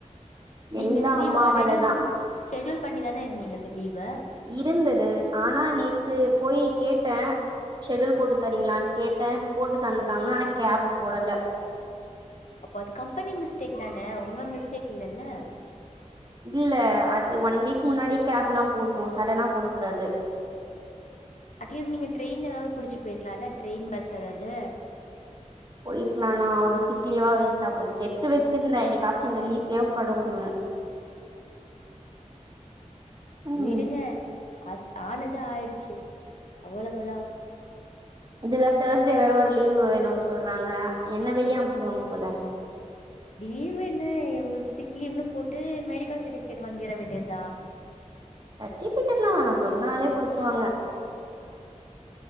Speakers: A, on the left; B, on the right.
A: நீங்க
B: எல்லா
A: லீவ்
B: அம்மாவாலதா
A: ஆல்ரெடி ஷெடியூல் பண்ணிதான இருந்தீங்க இந்த லீவ
B: இருந்தது ஆனா நேத்து போயி கேட்டே ஷெடியூல் போட்டு தரீங்ளான் கேட்டே போட்டு தந்துட்டாங்க ஆனா கேப்பு போடல
A: அப்ப அது கம்பெனி மிஸ்டேக் தான உங்க மிஸ்டேக் இல்லெல்ல
B: இல்ல அது ஒன் வீக் முன்னாடியே கேப்ல்லா போட்ணு சடனா போடக் கூடாது
A: அட்லீஸ்ட் நீங்க ட்ரெயின் எதாவ்து புடிச்சு போய்ருக்கலால ட்ரெயின் பஸ் எதாவ்து
B: போய்ருக்லா தா ஒரு சிக் லீவா வேஸ்ட்டா போய்ச்சு எத்து வச்சுருந்தே என்னைக்காச்சு இந்த லீவ் தேவப்படுனு ம்
A: விடுங்க ஆச்சு ஆனது ஆய்டுச்சு அவ்ளவுதா
B: இதுல தேர்ஸ்டே வேற ஒரு லீவ் வேணுன் சொல்றாங்க என்ன வெளிய அம்ச்சிருவாங்க போல
A: லீவ்வென்ன ஒங்களுக்கு சிக் லீவ்னு போட்டு மெடிக்கல் சர்டிஃபிகேட் வாங்கிற வேண்டியதா
B: சர்டிஃபிகேட்ல்லா வேணா சொன்னாலே குடுத்துருவாங்க